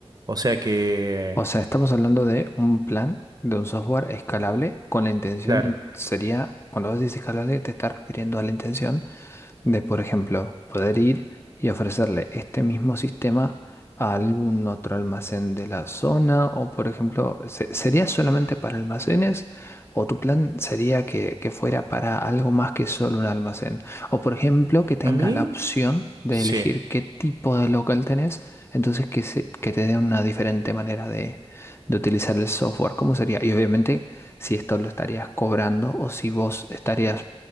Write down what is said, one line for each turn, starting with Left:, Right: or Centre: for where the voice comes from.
Right: O sea que,
Left: O sea, estamos hablando de un plan, de un software escalable, con la intención,
Right: claro.
Left: sería, cuando vos dices escalable, te estás refiriendo a la intención de, por ejemplo, poder ir y ofrecerle este mismo sistema a algún otro almacén de la zona o, por ejemplo, se- ¿sería solamente para almacenes o tu plan sería que, que fuera para algo más que solo un almacén? O, por ejemplo, que tengas
Right: A mí
Left: la opción de
Right: Sí.
Left: elegir qué tipo de local tenés, entonces que, se- que te dé una diferente manera de, de utilizar el software. ¿Cómo sería? Y obviamente si esto lo estarías cobrando o si vos estarías